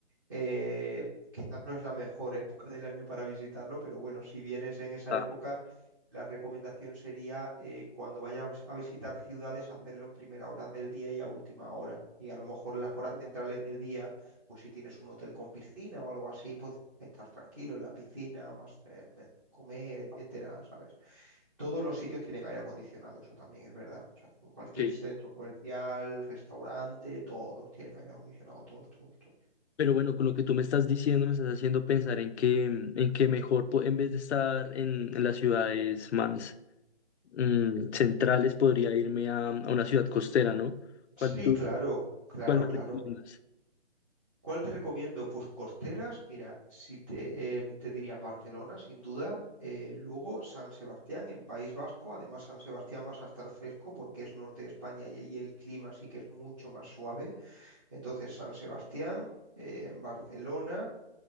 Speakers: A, on the right; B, on the left.
A: Eh, quizás no es la mejor época del año para visitarlo, pero bueno, si vienes en esa
B: Ah,
A: época, la recomendación sería eh, cuando vayas a visitar ciudades, hacerlo en primera hora del día y a última hora. Y a lo mejor las horas centrales del día, pues si tienes un hotel con piscina o algo así, pues estar tranquilo en la piscina, más eh, comer, etcétera, ¿sabes? Todos los sitios tienen aire acondicionado, eso también es verdad. O sea, en cualquier
B: ok.
A: centro comercial, restaurante, todos tienen aire acondicionado, todos, todos, todos.
B: Pero bueno, con lo que tú me estás diciendo, me estás haciendo pensar en que, en que mejor, po- en vez de estar en, en las ciudades más mm, centrales, podría irme a, a una ciudad costera, ¿no? ¿Cuál
A: Sí,
B: tú,
A: claro, claro,
B: cuál me
A: claro.
B: recomiendas?
A: ¿Cuál te recomiendo? Pues costeras, mira, si te, em, te diría Barcelona, sin duda, eh, luego San Sebastián en País Vasco, además San Sebastián vas a estar fresco porque es norte de España y ahí el clima sí que es mucho más suave, entonces San Sebastián, eh, Barcelona.